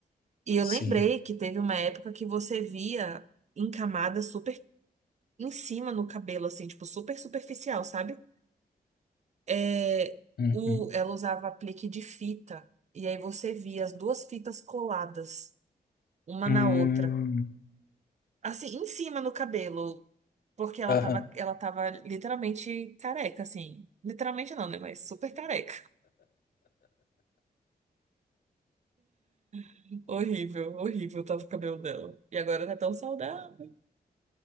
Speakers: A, on the right; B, on the left.
A: E eu
B: sim.
A: lembrei que teve uma época que você via em camada super em cima no cabelo, assim, tipo, super superficial, sabe? é,
B: Uhum.
A: o, ela usava aplique de fita. E aí você via as duas fitas coladas, uma
B: Hum,
A: na outra. Assim, em cima no cabelo. Porque ela
B: aham.
A: tava, ela tava literalmente careca, assim. Literalmente não, né? Mas super careca. <laughs> Horrível, horrível tava o cabelo dela. E agora tá tão saudável.